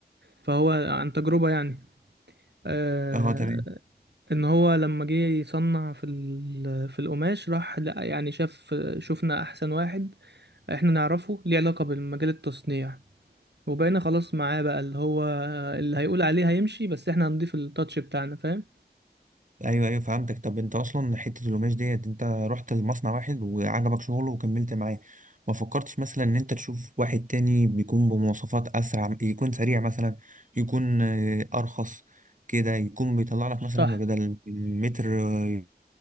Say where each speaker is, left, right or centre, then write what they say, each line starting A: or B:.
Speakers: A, on the right; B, on the right.
A: فهو عن تجربه يعني آه
B: اه تمام
A: ان هو لما جه يصنع في ال- في القماش راح لقى يعني شاف شفنا احسن واحد احنا نعرفه ليه علاقه بالمجال التصنيع وبقينا خلاص معاه بقى اللي هو اللي هيقول عليه هيمشي بس احنا هنضيف التاتش بتاعنا فاهم
B: ايوه ايوه فهمتك طب انت اصلا حته القماش ديت انت رحت لمصنع واحد وعجبك شغله وكملت معاه ما فكرتش مثلا ان انت تشوف واحد تاني بيكون بمواصفات اسرع يكون سريع مثلا يكون آه، ارخص كده يكون بيطلع لك مثلا
A: صح
B: بدل المتر آه،